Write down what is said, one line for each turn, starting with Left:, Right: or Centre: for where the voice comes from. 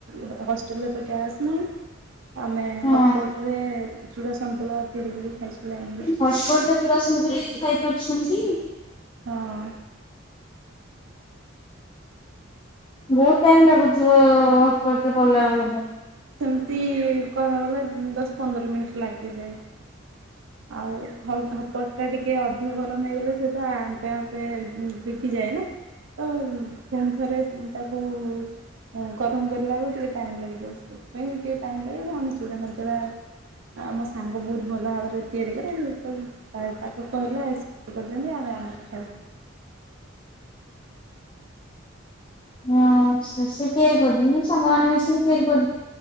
Right: ହ ହଷ୍ଟେଲରେ ତ ଗ୍ୟାସ ନାହିଁ। ଆମେ
Left: ହଁ
Right: ହପଟରେ ଚୂଡ଼ା ସନ୍ତୁଳା ତିଆରି କରିକି ଖାଇଚୁ ଲାଇନରେ।
Left: ହଟସ୍ପଟରେ ଚୁଡା ସାନ୍ତୁଳିକି ଖାଇପାରୁଛନ୍ତି।
Right: ହଁ।
Left: ବୋହୁତ ଟାଇମ ଲାଗୁଥିବ ହଟପଟରେ କଲା ବେଳକୁ।
Right: ସେମତି କହିବାକୁ ଗଲେ ଦଶ ପନ୍ଦର ମିନଟି ଲାଗିଯାଏ। ଆଉ ହପ ହପଟଟା ଟିକେ ଅଧିକ ଗରମ ହେଇଗଲେ ସେଇଟା ଆମ୍ପେ ଆମ୍ପେ ଭିଗିଯାଏ ନା। ତ ଫୁଣି ଥରେ ଉଁ ତାକୁ ଉଁ ଗରମ କରିଲା ବେଳେ ଟିକେ ଟାଇମ ଲାଗିଯାଏ ସେଇଥିପାଇଁ ଟିକେ ଟାଇମ ଲାଗ ନହନେ ଚୁଡ଼ା ସନ୍ତୁଳା ଆଉ ମୋ ସାଙ୍ଗ ବୋହୁତ ଭଲ ଭାବରେ ତିଆରି କରେ ଏ ପାଏ ତାକୁ କହିଲେ ଆ ସିଏ କରିଦିଅନ୍ତି ଆମ ଆମେ ଖାଉ।
Left: ହଁ ସେ ସେ ତିଆରି <unintelligible> ମାନେ ସାଙ୍ଗମାନେ ମିଶିକି ତିଆରି କ